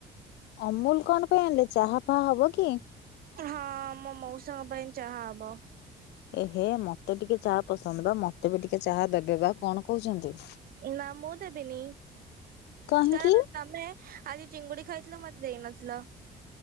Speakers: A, on the left (about 85°); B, on the right (about 60°).
A: ଅମୁଲ କଣ ପାଇଁ ଆଣିଲେ, ଚାହା ଫାହା ହବ କି?
B: ହଁ ମୋ ମଉସାଙ୍କ ପାଇଁ ଚାହା ହବ।
A: ଏ ହେ ମତେ ଟିକେ ଚାହା ପସନ୍ଦ ବା, ମୋତେ ବି ଟିକେ ଚାହା ଦେବେ ବା, କଣ କହୁଚନ୍ତି?
B: ନାଁ ମୁଁ ଦେବିନି,
A: କାହିଁକି
B: କାରଣ ତମେ ଆଜି ଚିଙ୍ଗୁଡି ଖାଇଥିଲ, ମତେ ଦେଇନଥିଲ।